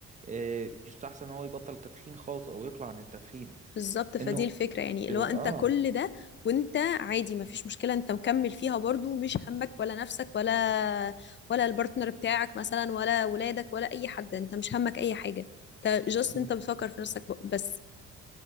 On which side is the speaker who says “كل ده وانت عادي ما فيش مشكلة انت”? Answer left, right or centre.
Left